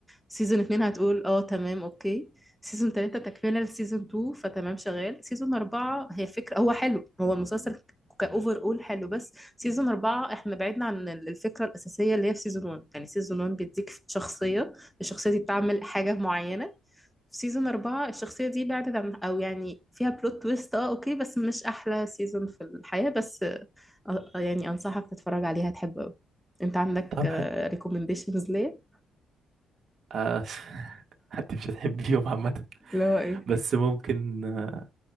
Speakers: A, in the centre; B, on the right.
A: سيزون اتنين هتقول اه تمام اوكي سيزون تلاتة تكملة لسيزون تو فتمام شغال سيزون أربعة هي فكرة هو حلو هو المسلسل كأوفر أول حلو بس سيزون أربعة احنا بعدنا عن الفكرة الأساسية اللي هي في سيزون ون يعني سيزون ون بيديك شخصية الشخصية دي بتعمل حاجة معينة في سيزون أربعة الشخصية دي بعدت عن أو يعني فيها بلوت تويست اه اوكي بس مش أحلى سيزون في الحياة بس آه، آه، يعني أنصحك تتفرج عليها تحب أوي أنت عندك
B: طب ح...
A: ريكومنديشنز ليه؟
B: آه، <laughs> انت مش هتحبيهم عامة
A: اللي هو إيه؟
B: بس ممكن آه،